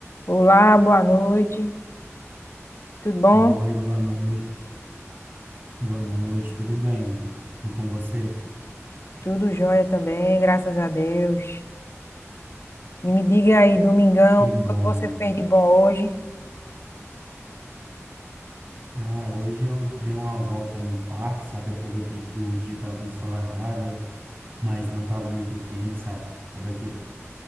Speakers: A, on the left; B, on the right.
A: Olá, boa noite. Tudo bom?
B: Oi, boa noite. Boa noite, tudo bem? E com você?
A: Tudo jóia também, graças a Deus. E me diga aí, domingão,
B: Que
A: o
B: bom.
A: que foi que você fez de bom hoje?
B: Ah, hoje eu dei uma volta no parque, sabe? Aproveitei que o dia estava ensolarado, mas não estava muito quente, sabe? Aquele,